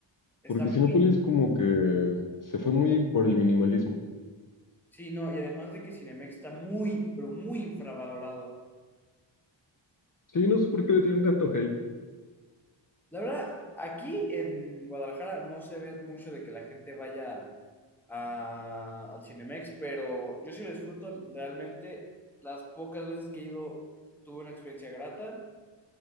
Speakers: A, in the centre; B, on the left.
A: Está
B: porque
A: muy,
B: Cinépolis como que se fue muy por el minimalismo.
A: sí, no, y además de que Cinemex está muy, pero muy infravalorado.
B: Sí, no sé por qué le tienen tanto hate.
A: La verdad, aquí en Guadalajara no se ve mucho de que la gente vaya a- al Cinemex, pero yo sí lo disfruto realmente. Las pocas veces que he ido tuve una experiencia grata